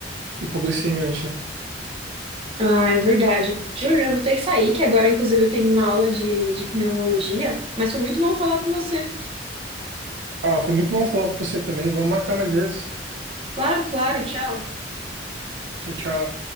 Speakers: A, on the right (about 70°); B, on the right (about 30°).
A: hipoglicemiante, né?
B: Ah, é verdade. Júlia, eu vou ter que sair, que agora, inclusive, eu tenho uma aula de, de pneumologia, mas foi muito bom falar com você.
A: Ah, foi muito bom falar com você também. Vamos marcar mais vezes.
B: Claro, claro, tchau.
A: Tchau, tchau.